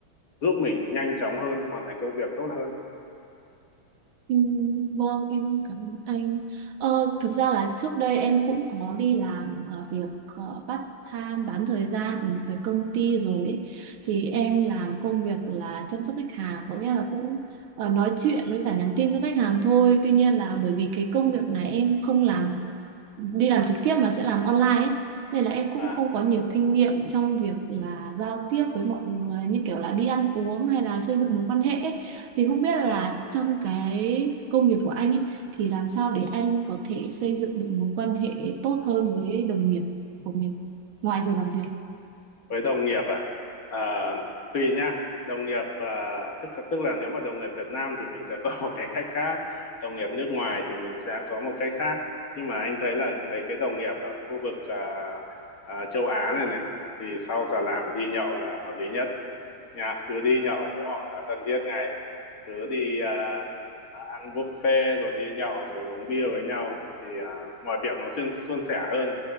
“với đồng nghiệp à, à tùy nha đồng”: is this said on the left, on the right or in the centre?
Left